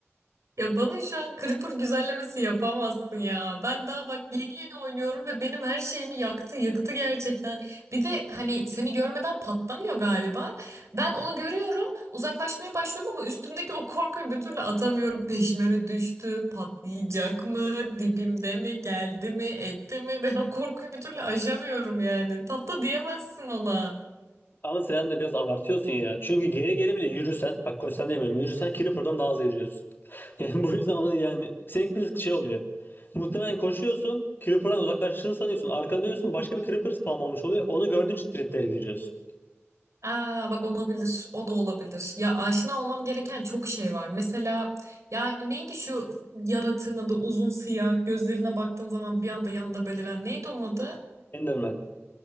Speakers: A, on the right (about 80°); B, on the left (about 45°).
A: Ya bana şu an Creeper güzellemesi yapamazsın ya. Ben daha bak yeni yeni oynuyorum ve benim her şeyimi yaktı, yıktı gerçekten. Bir de hani seni görmeden patlamıyor galiba. Ben onu görüyorum, uzaklaşmaya başlıyorum ama üstümdeki o korkuyu bir türlü atamıyorum. Peşime mi düştü, patlayacak mı, dibimde mi, geldi mi, etti mi? Ben o korkuyu bir türlü aşamıyorum yani. Tatlı diyemezsin ona.
B: Ama sen de biraz abartıyorsun ya. Çünkü geri geri bile yürürsen, bak koşsan demiyorum, yürürsen Creeper'dan daha hızlı yürüyorsun. <laughs> Yani bu yüzden ona yani senin bir şey oluyor. Muhtemelen koşuyorsun, Creeper'dan uzaklaştığını sanıyorsun. Arkanda diyorsun başka bir Creeper spam olmuş oluyor. Onu gördüğünce triplere giriyorsun.
A: Aa, bak olabilir. O da olabilir. Ya aşina olmam gereken çok şey var. Mesela ya neydi şu yaratığın adı uzun siyah gözlerine baktığın zaman bir anda yanında beliren neydi onun adı?
B: Enderman.